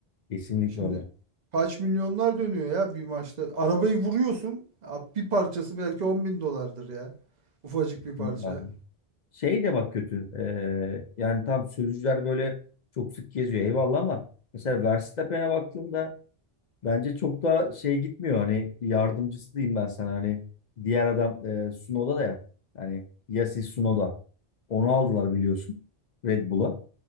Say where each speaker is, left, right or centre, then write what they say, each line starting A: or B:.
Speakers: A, on the left; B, on the right.
A: Kesinlikle
B: Şimdi
A: öyle.
B: kaç milyonlar dönüyor ya bir maçta. Arabayı vuruyorsun. ya Bir parçası belki on bin dolardır ya. Ufacık
A: Kesinlikle
B: bir parça.
A: Şey de bak kötü. Ee, yani tam sürücüler böyle çok sık geziyor eyvallah ama mesela Verstappen'e baktığımda bence çok da şey gitmiyor. Hani yardımcısı diyeyim ben sana. Hani diğer adam e, Tsunoda da ya. Hani Yasis Tsunoda. Onu aldılar biliyorsun. Red Bull'a.